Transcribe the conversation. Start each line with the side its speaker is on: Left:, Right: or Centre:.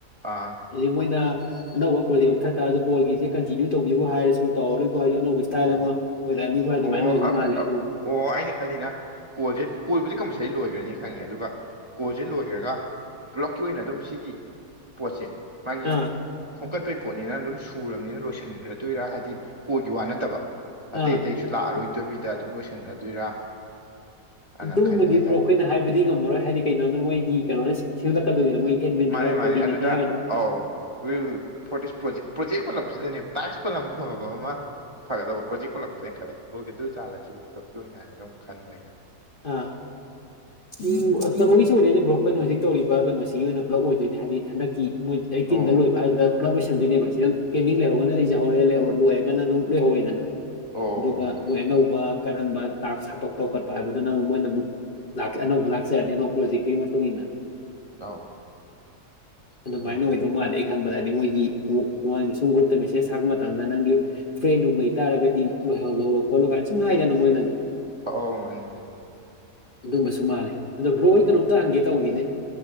Right: ꯑꯥ
Left: ꯑꯗ ꯃꯣꯏꯅ ꯑꯅꯧꯕ ꯄ꯭ꯔꯣꯖꯦꯛ ꯂꯧꯊ ꯇꯥꯔꯁꯨ ꯀꯣꯜꯒꯤꯖꯦ ꯀꯟꯇꯤꯅ꯭ꯌꯨ ꯇꯧꯒꯦꯕꯨ ꯍꯥꯏꯔꯁꯨ ꯇꯧꯔꯔꯣꯏꯀꯣ ꯍꯥꯢꯔꯁꯨ ꯑꯅꯧꯕ ꯁꯇꯥꯏꯜ
Right: ꯑꯣ
Left: ꯑꯃ ꯑꯣꯏꯔꯛꯑꯅꯤ ꯍꯣꯏ ꯑꯗꯨꯃꯥꯏꯅ
Right: ꯑꯣ
Left: ꯑꯣꯏꯗꯧ
Right: ꯑ-
Left: ꯃꯥꯜꯂꯦ
Right: ꯑ-
Left: ꯑꯗꯨ
Right: ꯑꯣ ꯑꯩꯅ ꯈꯜꯂꯤꯅ ꯀꯣꯜꯖꯦ ꯀꯣꯏꯕꯨꯗꯤ ꯀꯝꯄꯜꯁꯔꯤ ꯂꯣꯏꯈꯒ꯭ꯔꯅꯤ ꯈꯪꯉꯦ ꯑꯗꯨꯒ ꯀꯣꯜꯁꯦ ꯂꯣꯏꯒ꯭ꯔꯒ ꯄꯨꯂꯞꯀꯤ ꯑꯣꯏꯅ ꯑꯗꯨꯝ ꯁꯤꯒꯤ ꯄꯣꯠꯁꯦ ꯃꯥꯒꯤ
Left: ꯑꯥ
Right: ꯈꯣꯝꯀꯠꯄꯒꯤ ꯄꯣꯠꯅꯤꯅ ꯑꯗꯨꯝ ꯁꯨꯔꯝꯅꯤꯅ ꯂꯣꯏꯁꯟꯒ꯭ꯔꯗꯣꯏꯔꯥ ꯍꯥꯏꯗꯤ ꯀꯣꯜꯒꯤ ꯋꯥ ꯅꯠꯇ ꯅꯠꯇꯕ ꯑꯇꯩ
Left: ꯑꯥ
Right: ꯑꯇꯩꯁꯨ ꯂꯥꯛꯑꯔꯣꯏꯗꯕꯤꯗ ꯑꯗꯨꯝ ꯂꯣꯏꯁꯤꯟꯒꯗꯣꯏꯔꯥ ꯑꯅ
Left: ꯑꯗꯨꯨꯝꯕꯗꯤ
Right: ꯈꯟꯕ ꯍꯥꯏꯇꯥꯔꯦ
Left: ꯕ꯭ꯔꯣ ꯑꯩꯈꯣꯏꯅ ꯍꯥꯏꯕꯗꯤ ꯉꯝꯃꯔꯣꯏ ꯍꯥꯏꯗꯤ ꯀꯩꯅꯣꯗꯣ ꯃꯣꯏꯒꯤ ꯀꯩꯅꯣꯅ ꯁꯦ ꯁꯦꯝꯂꯛꯀꯗꯣꯏꯅꯤ ꯃꯣꯏ ꯑꯦꯗꯃꯤꯟ
Right: ꯃꯥꯅꯤ
Left: ꯍꯥꯏꯔ
Right: ꯃꯥꯅꯤ
Left: ꯀꯣꯑꯣꯗꯤꯅꯦꯇꯔ
Right: ꯑꯗꯨꯗ
Left: ꯍꯥꯏꯒꯗ꯭ꯔꯥ
Right: ꯑꯥꯎ ꯋꯤꯟ ꯐꯣꯔ ꯄ꯭ꯔꯣꯖꯦꯛ ꯄ꯭ꯔꯣꯖꯦꯛ ꯄꯂꯞꯁꯤꯗꯅꯦ ꯇꯥꯛꯁ ꯄꯜꯂꯝꯕ ꯐꯕ ꯑꯃ ꯐꯒꯗꯕ ꯄ꯭ꯔꯣꯖꯦꯛ ꯄꯨꯜꯂꯛꯄꯁꯤꯗꯅ ꯈꯜꯂꯦ ꯂꯣꯏꯒꯗꯁꯨ ꯆꯥꯂꯦꯕꯨ ꯄꯨꯂꯄ ꯑꯣꯏꯅ ꯍꯥꯏꯅꯁꯨ ꯁꯨꯝ ꯈꯟꯕ ꯑꯩꯅ
Left: ꯑ ꯎ ꯑ <inaudible> ꯁꯤ ꯑꯣꯏꯗꯣꯏꯅꯦ ꯕ꯭ꯔꯣ ꯑꯩꯈꯣꯏꯅ ꯍꯧꯖꯤꯛ ꯇꯧꯔꯤꯕ ꯀꯩꯅꯣꯁꯤꯒꯤ ꯑꯣꯏꯅ ꯄꯨꯂꯞ ꯑꯣꯏꯗꯣꯏꯅꯤ ꯍꯥꯏꯗꯤ ꯍꯟꯗꯛꯀꯤ ꯃꯣꯏ ꯑꯩꯇꯤꯟꯗ
Right: ꯑꯣ
Left: ꯂꯣꯏꯕ ꯍꯥꯏꯗꯨꯅ ꯄꯨꯂꯞ ꯂꯣꯏꯁꯤꯟꯗꯣꯏꯅꯦꯕ ꯁꯤꯗ ꯄꯦꯟꯗꯤꯡ ꯂꯩꯍꯧꯒꯅꯗꯤ ꯂꯩꯖꯍꯧꯔꯦ ꯂꯣꯏꯔꯒꯥꯟꯅ ꯑꯗꯨꯝ ꯂꯩꯍꯧꯔꯦꯗꯅ
Right: ꯑꯣ
Left: ꯑꯗꯨꯒ
Right: ꯃꯥꯅꯤ
Left: ꯃꯣꯏ ꯑꯅꯧꯕ ꯀꯔꯝꯕ ꯇꯥꯛꯁ ꯍꯥꯄꯛꯄ ꯈꯣꯠꯄ ꯍꯥꯏꯕ ꯑꯗꯨꯅ ꯑꯃꯨꯛ ꯃꯣꯏꯅ ꯑꯃꯨꯛ ꯂꯥꯛꯆꯔꯅꯤ ꯑꯅꯧ ꯄꯨ꯭ꯔꯣꯖꯤꯛꯒꯤ ꯃꯇꯨꯡ ꯏꯟꯅ
Right: ꯑꯧ
Left: ꯑꯗꯨꯃꯥꯏꯅ
Right: ꯃꯥꯅꯤ
Left: ꯑꯣꯏꯗꯧ ꯃꯥꯜꯂꯦ ꯑꯩ ꯈꯥꯟꯕꯗ ꯍꯥꯏꯗꯤ ꯃꯣꯏꯒꯤ ꯃꯣꯏꯒꯤ ꯁꯨꯝ ꯒ꯭ꯔꯨꯞꯇ ꯃꯦꯁꯦꯖ ꯊꯥꯔꯛꯄ ꯃꯇꯝꯗ ꯅꯪꯒꯤ ꯐ꯭ꯔꯦꯟ ꯅꯨꯡ ꯂꯩꯇꯥꯥꯔꯒꯗꯤ ꯂꯣꯢꯔꯣ ꯈꯣꯠꯂꯣ ꯀꯥꯏꯅ ꯁꯨꯝ ꯍꯥꯏꯗꯅ ꯃꯣꯏꯅꯁꯨ
Right: ꯑꯥꯎ ꯃꯥꯅꯦ ꯃꯥꯅꯦ
Left: ꯑꯗꯨꯝꯕꯁꯨ ꯃꯥꯜꯂꯦ ꯑꯗꯣ ꯕ꯭ꯔꯣ ꯍꯣꯏ ꯀꯩꯅꯣꯝꯇ ꯍꯪꯒꯦ ꯇꯧꯅꯤꯅꯦ